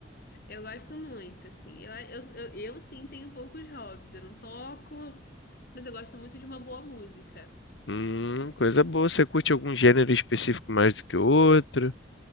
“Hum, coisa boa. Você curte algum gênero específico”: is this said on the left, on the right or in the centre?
Left